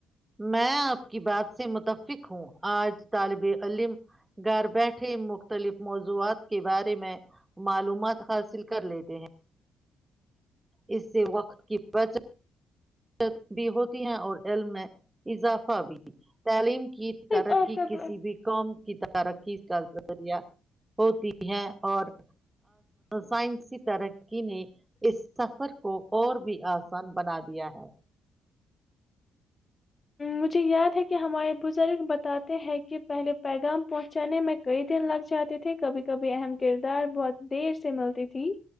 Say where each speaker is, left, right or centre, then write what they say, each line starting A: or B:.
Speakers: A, on the right; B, on the left.
A: میں آپ کی بات سے متفق ہوں آج طالب علم گھر بیٹھے مختلف موضوعات کے بارے میں معلومات حاصل کر لیتے ہیں اس سے وقت کی بچت ت بھی ہوتی ہیں اور علم میں اضافہ بھی تعلیم کے کی
B: صرف
A: ترقی
B: آپ کا
A: کسی بھی قوم کی طرح ترقی کا ذریعہ ہوتی ہے اور سائنسی ترقی نے اس سفر کو اور بھی آسان بنا کیا ہے
B: مجھے یاد ہے کہ ہمارے بزرگ بتاتے ہیں کہ پہلے پیغام پہنچانے میں کئی دن لگ جاتے تھے کبھی کبھی اہم کردار بہت دیر سے ملتی تھی